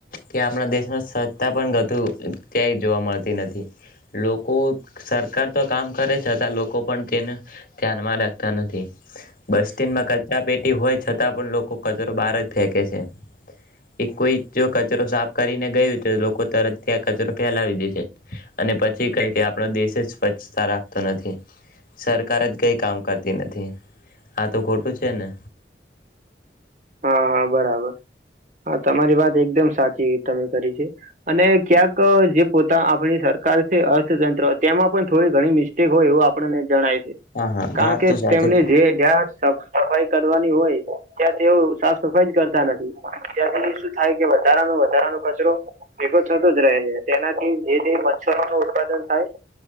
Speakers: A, on the left (about 50°); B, on the right (about 45°).
A: કે આપણા દેશમાં સ્વચ્છતા પણ ઘણું ક્યાંય જોવા મળતી નથી લોકો સરકાર તો કામ કરે છતાં લોકો પણ તેને ધ્યાનમાં રાખતા નથી. બસ ટેન્ટ માં કરર્ચા પે હોય છતાં પણ લોકો કચરો બહાર જ ફેંકે છે એ કોઈ જો કચરો સાફ કરીને ગયું તો લોકો તરતથી આ કચરો ફેલાવી દે છે અને પછી કઈ કે આપણો દેશ જ સ્વચ્છતા રાખતો નથી સરકાર જ કે કામ કરતી નથી આ તો ખોટું છે ને.
B: હા હા બરાબર હા તમારી વાત એકદમ સાચી તમે કરી અને ક્યાંક જે પોતા આપણી સરકાર છે અર્થતંત્ર તેમાં પણ થોડી ઘણી મિસ્ટેક હોય એવું આપડને જણાય છે.
A: હા હા
B: કારણ
A: વાત
B: કે
A: તો સાચી
B: તેમને જે જ્યાંફ સફાઈ કરવાની હોય. ત્યાં તેઓ સાફ સફાઈ જ કરતા નથી ત્યાં તે શું થાય કે વધારાનો વધારાનો કચરો ભેગો થતો જ રહે છે. તેનાથી જે તે મચ્છરો નો ઉત્પાદન થાય